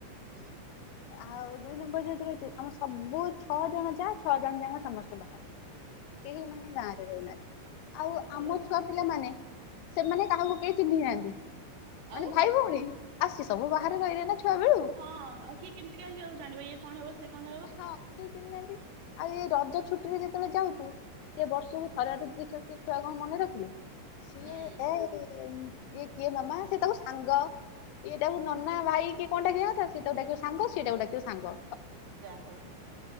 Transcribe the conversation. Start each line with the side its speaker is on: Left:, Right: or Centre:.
Right: ହୁଁ
Left: ଆଉ ଦୁଇ ନମ୍ବର ଯେହେତୁ ରହିଛି ଆମ ସବୁ ଛଅ ଜଣ ଯା ଛଅ ଜଣ ଯାକ ସମସ୍ତେ ବାହାରେ। କେହି ମାନେ ଗାଁରେ ରହୁନାହାନ୍ତି ଆଉ
Right: ଭଲ
Left: ଆମ ଛୁଆ ପିଲାମାନେ ସେମାନେ କାହାକୁ କେହି ଚିହ୍ନି ନାହାନ୍ତି
Right: ଆଉ
Left: ମାନେ ଭାଇ ଭଉଣୀ ଆସି ସବୁ ବାହାରେ ରହିଲେ ନା ଛୁଆବେେଳୁ।
Right: ହଁ ଆଉ କି କେମତି କାହିଁକି ଆଉ ଜାଣିବ ଇଏ କଣ ହବ ସିଏ କଣ ହବ।
Left: ହଁ କେହି ଚିହ୍ନି ନାହାଁନ୍ତି ଆଉ ଏ ରଜ ଛୁଟି ରେ ଯେତେବେଳେ ଯାଉଚୁ ସେ ବର୍ଷକୁ
Right: ହୁଁ
Left: ଥରେ ଅଧେ ଦେଖନ୍ତି ଛୁଆ କଣ ମନେ ରଖିବେ ସିଏ
Right: ହୁଁ
Left: ଏ ଇଏ କିଏ ମାମା ସେ ତାକୁ ସାଙ୍ଗ ଇଏ ତାକୁ ନନା ଭାଇ କିଏ କଣ ଡାକିଆ କଥା ସେ ତାକୁ ଡାକିବ ସାଙ୍ଗ ସିଏତାକୁ ଡକିବ ସାଙ୍ଗ।
Right: ଯାହଉ।